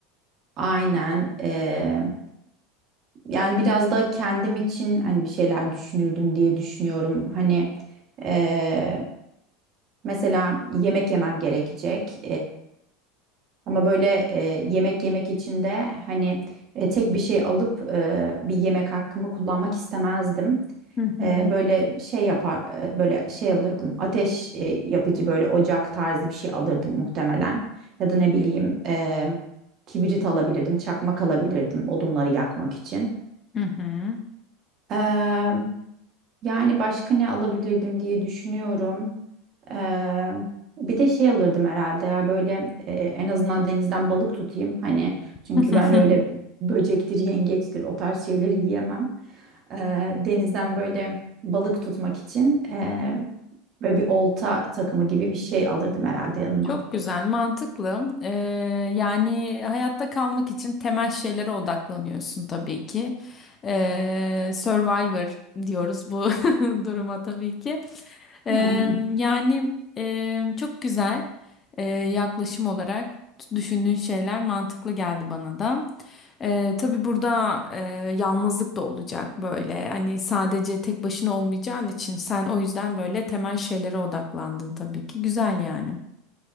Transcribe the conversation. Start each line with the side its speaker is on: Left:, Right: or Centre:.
Right: aynen. eee, yani biraz da kendim için hani bir şeyler düşünürdüm diye düşünüyorum. Hani eee, mesela yemek yemem gerekecek. Ama böyle e, yemek yemek için de hani e, tek bir şey alıp e, bir yemek hakkımı kullanmak istemezdim.
Left: Hı hı.
Right: E, böyle şey yapar e, böyle şey alırdım. Ateş e, yapıcı böyle ocak tarzı bir şey alırdım muhtemelen. Ya da ne bileyim e, kibrit alabilirdim, çakmak alabilirdim odunları yakmak için.
Left: Hı hı.
Right: Eee, yani başka ne alabilirdim diye düşünüyorum. Eee, bir de şey alırdım herhalde ya böyle e, en azından denizden balık tutayım hani çünkü
Left: <laughs>
Right: ben öyle böcektir yengeçtir o tarz şeyleri yiyemem. Eee, denizden böyle balık tutmak için eee, böyle bir olta takımı gibi bir şey alırdım herhalde yanıma.
Left: Çok güzel, mantıklı. Ee, yani hayatta kalmak için temel şeylere odaklanıyorsun tabii ki. Ee, Survivor diyoruz bu <laughs> duruma tabii ki. Ee,
Right: Aynen.
Left: yani e, çok güzel e, yaklaşım olarak düşündüğün şeyler mantıklı geldi bana da. Ee, tabii burada e, yalnızlık da olacak böyle. Hani sadece tek başına olmayacağın için sen o yüzden böyle temel şeylere odaklandın tabii ki. Güzel yani.